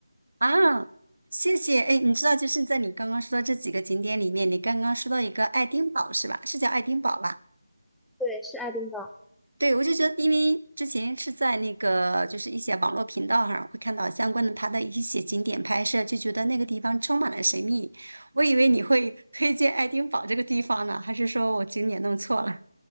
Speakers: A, on the right; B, in the centre.
A: 啊？谢谢。哎，你知道，就是在你刚刚说的这几个景点里面，你刚刚说到一个爱丁堡是吧？是叫爱丁堡吧？
B: 对，是爱丁堡。
A: 对，我就觉得，因为之前是在那个就是一些网络频道上会看到相关的它的一些景点拍摄，就觉得那个地方充满了神秘。我以为你会推荐爱丁堡这个地方呢，还是说我景点弄错了？